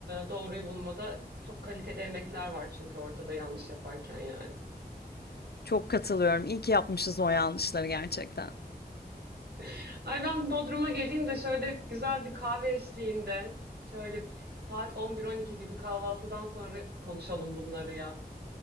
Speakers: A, on the right; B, on the left.
A: doğruyu bulmada çok kaliteli emekler var çünkü ortada yanlış yaparken yani.
B: Çok katılıyorum. İyi ki yapmışız o yanlışları gerçekten.
A: <laughs> Ay ben Bodrum'a geleyim de şöyle güzel bir kahve eşliğinde şöyle saat 11-12 gibi kahvaltıdan sonra konuşalım bunları ya.